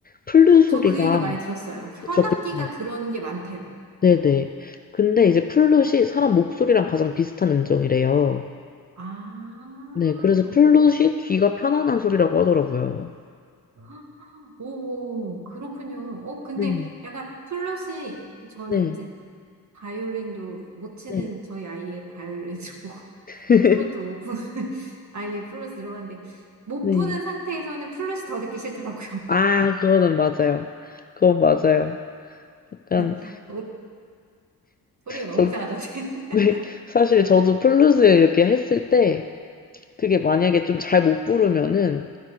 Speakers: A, on the left (about 25°); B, on the right (about 45°).
A: 플룻 소리가
B: 저 그 얘기 많이 들었어요. 현악기가
A: 그쵸, 그쵸.
B: 그런 게 많대요.
A: 네네. 근데 이제 플룻이 사람 목소리랑 가장 비슷한 음정이래요.
B: 아,
A: 네, 그래서 플룻이 귀가 편안한 소리라고 하더라고요.
B: 아, 오, 그렇군요. 어, 근데
A: 음,
B: 약간 플러시, 저는
A: 네.
B: 이제 바이올린도 못 치는
A: 네.
B: 저희 아이의 바이올린 <laughs> 보고
A: <laughs>
B: 플러도 못 부는 <laughs> 아이의 플러스 들어봤는데 못
A: 네.
B: 부는 상태에서는 플러시 더 듣기 싫더라고요.
A: 아, 그거는 맞아요. 그건 맞아요. 약간
B: <laughs> 어, 소리가 너무
A: 그래서
B: 이상하던데.
A: <laughs> 왜- 사실 저도 플루스 이렇게 했을 때 그게 만약에 좀 잘 못 부르면은